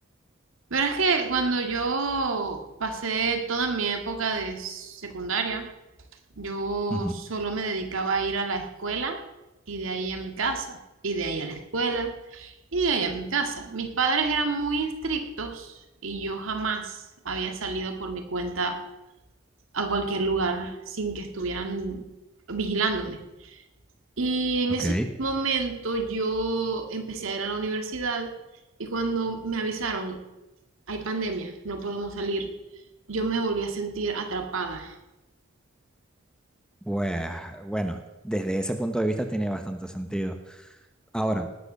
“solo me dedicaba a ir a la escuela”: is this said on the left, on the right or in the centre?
Right